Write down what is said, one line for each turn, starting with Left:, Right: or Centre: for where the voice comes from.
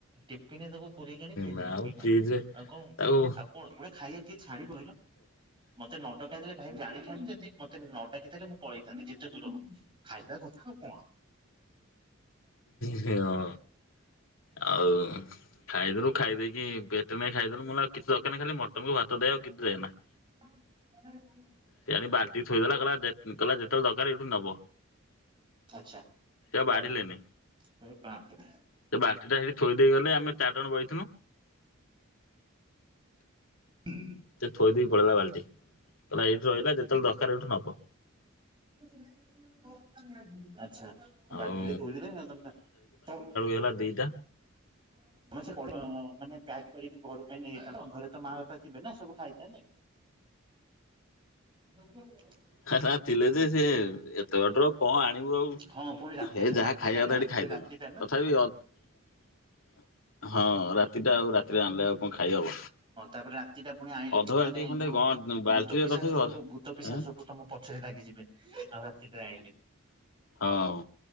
Right: ଟିପିନିରେ ତାକୁ ପୁରେଇ କି ଆଣି ଫ୍ରିଜିରେ
Left: ମ
Right: ରଖିକି ଖାଇଦବ
Left: ଫ୍ରିଜରେ
Right: ଆଉ କଣ
Left: ତାକୁ ହଁ
Right: ଆଉ କଣ ଏଭଳିଆ ଖାଇବା କିଏ ଛାଡେ କହିଲ? ମତେ ନ ଡକା ହେଇଥିଲେ ଭାଇ ମୁଁ ଜାଣିଥାନ୍ତି ଯଦି ମତେ ନ ଡାକିଥିଲେ ମୁଁ ପଳେଇଥାନ୍ତି ଯେତେ ଦୂର ହଉ ଖାଇବା କଥା ଆଉ କଣ?
Left: ହଁ ଆଉ ଖାଇଦେଲୁ ଖାଇଦେଇକି ପେ ତୁ ନେଇକି ଖାଇଦେଲୁ ମୋର ଆଉ କିଛି ଦରକାର ନାହିଁ ଖାଲି ମଟନକୁୁ ଭାତ ଦେ ଆଉ କିଛି ଦେଏ ନା।
Right: <inaudible>
Left: ସେ ଆଣି ବାଲ୍ଟି ଥୋଇଦେଲା କହିଲା ଯେ କହିଲା ଯେତେବେଳେ ଦରକାର ଏଇଠୁ ନବ।
Right: ଆଛା
Left: ସେ ଆଉ ବାଢିଲେନି
Right: ବାଡ଼ି ଏ ବାପ୍ରେ
Left: ସେ ବାଲ୍ଟିଟା ସେଠି ଥୋଇ ଦେଇ ଗଲେ ଆମେ ଚାରି ଜଣ ବଇଥିଲୁ।
Right: ହୁ
Left: ସେ ଥୋଇ ଦେଇ ପଳେଇଲା ବାଲ୍ଟି କହିଲା ଏଇଠି ରହିଲା ଯେତେବେଳେ ଦରକାର ଏଇଠୁ ନବ।
Right: <unintelligible> ଆଛା
Left: ଆଉ
Right: ବାଲ୍ଟିରେ ଥୋଇଦେଲେ <unintelligible>
Left: କଲା ଦିଇଟା
Right: <inaudible> ସେ ମାନେ ପ୍ୟାକ୍ କରିକି ଘର ପାଇଁ ନେଇ ଯାଇଥାନ୍ତେ ଘରେ ତ ମା ବାପା ଥିବେ ନା ସବୁ ଖାଇବାଥିବେ। <unintelligible>
Left: ହେଲା ଥିଲେ ଯେ ସେ ଏତେ ବାଟରୁ ଆଉ କଣ ଆଣିବୁ ଆଉ
Right: ହଁ ପୁଣି ରାତି
Left: ହେ ଯାହା
Right: ରାତିଟା
Left: ଖାଇବା
Right: ନା
Left: କଥା ଏଠି
Right: ପୁଣି
Left: ଖାଇଦେଲୁ
Right: ରାତି। ଟା ନା
Left: ତଥାପି
Right: <inaudible>
Left: ଅ <inaudible> ରାତିଟା ଆଉ ରାତିରେ
Right: ହଁ
Left: ଆଣିଲେ ଆଉ କଣ ଖାଇ ହବ
Right: ତାପରେ ରାତି ଟା ପୁଣି ଆଇଁଲେ
Left: ଅଧ ବାଲ୍ଟି
Right: ମାନେ
Left: ଖଣ୍ଡେ
Right: ଯୋଉ।
Left: କଣ ବାଲ୍ଟିରେ
Right: ଭୂତ ପିସାଚ
Left: ତଥାପି
Right: ସବୁ
Left: ଅଧ
Right: ଭୂତ ପିସାଚ
Left: ଏଁ
Right: ସବୁ ତମ ପଛରେ ଲାଗିଯିବେ ଆଉ ରାତିଟାରେ ଆଣିଲେ।
Left: ହଁ